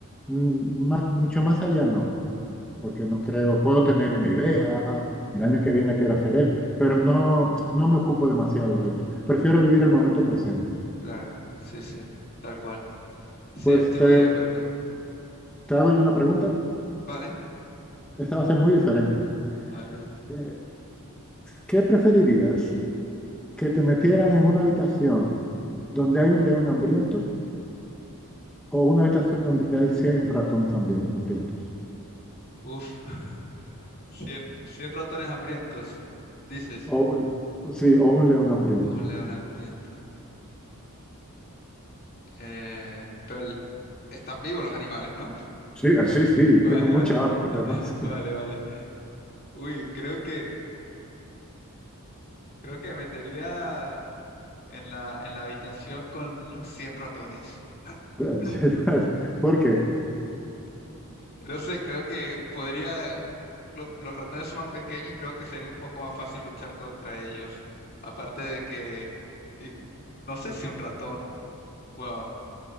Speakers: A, in the centre; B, on the left.
A: mm, ma- mucho más allá no, porque no creo, puedo tener una idea, el año que viene quiero hacer eso, pero no, no me ocupo demasiado de eso. Prefiero vivir el momento presente.
B: claro, sí, sí, tal cual. Sí,
A: Pues
B: estoy
A: te,
B: muy de acuerdo.
A: te hago yo una pregunta,
B: Vale,
A: esta va a ser muy diferente.
B: a ver,
A: Eh, ¿Qué preferirías? ¿Que te metieran en una habitación donde hay un león hambriento o una habitación donde hay 100 ratones hambri- hambrientos?
B: uf, <laughs> cien cien ratones hambrientos, dices.
A: O un, sí, o un león hambriento.
B: O un león hambriento. Eh, pero el- están vivos los animales, ¿no? <laughs>
A: Sí, sí, sí, tienen
B: Vale,
A: mucha
B: vale.
A: hambre además.
B: <laughs> Vale, vale. Uy, creo que creo que me metería en la en la habitación con los 100 ratones.
A: <laughs>
B: <laughs>
A: Porque,
B: No sé, creo que podría lo- los, ratones son más pequeños y creo que sería un poco más fácil luchar contra ellos. Aparte de que y- no sé si un ratón, bueno,